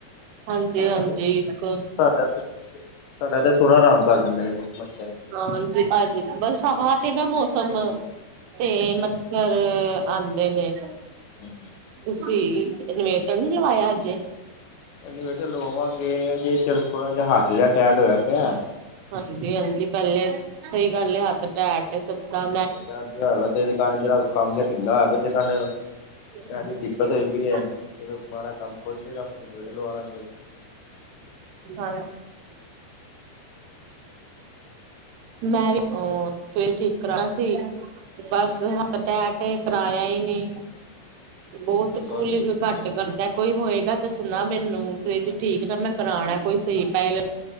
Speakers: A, on the right (about 80°); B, on the left (about 85°).
A: ਹਾਂਜੀ-ਹਾਂਜੀ
B: ਸਾਡਾ ਤੇ,
A: ਇੱਕ
B: ਸਾਡਾ ਤੇ ਸਾਡਾ ਤਾਂ ਸੋਣਾ ਹਰਾਮ ਕਰ ਦਿੰਦੇ ਨੇ ਮੱਛਰ
A: ਹਾਂਜੀ ਅੱਜ ਬਰਸਾਤ ਤੇ ਨਾ ਮੌਸਮ ਤੇ ਮ ਫੇਰ ਆੰਦੇ ਨੇ
B: <unintelligible>
A: ਤੁਸੀਂ ਇਨਵੇਟਰ ਨੀ ਲਵਾਇਆ ਹਜੇ
B: ਇੰਨਵੇਟਰ ਲਵਾਵਾਂਗੇ ਜੇ ਚਿਰ ਥੋੜਾ ਜਿਹਾ ਹੱਥ ਜਿਹਾ ਟੈਟ ਹੋਇਆ ਪੇਆ
A: ਹਾਂਜੀ ਹਾਂਜੀ ਪਹਿਲੇ ਸਹੀ ਗੱਲ ਏ ਹੱਥ ਟੈਟ ਇਹ ਸਭ ਕਾ
B: ਹਜੇ ਚਾਰ <unintelligible> ਦੁਕਾਨ ਜਿਹੜਾ ਕੰਮ ਜਹਾ ਢਿੱਲਾ ਹੋਆ ਪਿਆ ਜਿਕਨ
A: ਹਾਂਜੀ-ਹਾਂਜੀ।
B: ਐਸੀ ਦਿੱਕਤ ਹੋਈ ਪਈ ਏ ਮਾੜਾ ਕੰਮ ਖੁੱਲ ਜਾਏਗਾ ਫਿਰ ਇਨਵਰਟਰ ਲਵਾ ਲਾਂਗੇ
A: ਹਾਂ <unintelligible> ਮੈਂ ਵੀ ਉਹ ਫਰਿਜ ਠੀਕ ਕਰਾਨਾ ਸੀ ਬਸ ਕਟੈਟ
B: ਅੱਛਾ
A: ਕਰਾਇਆ
B: ਜੀ
A: ਈ ਨਹੀਂ ਬਹੁਤ
B: ਬਸ
A: ਕੂਲਿੰਗ
B: ਠੀਕ
A: ਘੱਟ
B: ਹੈ।
A: ਕਰਦਾ ਕੋਈ ਹੋਏਗਾ ਦੱਸਣਾ ਮੈਨੂੰ ਫਰਿਜ ਠੀਕ ਨਾ ਮੈਂ ਕਰਾਣਾ ਕੋਈ ਸਹੀ ਪੈਹੇ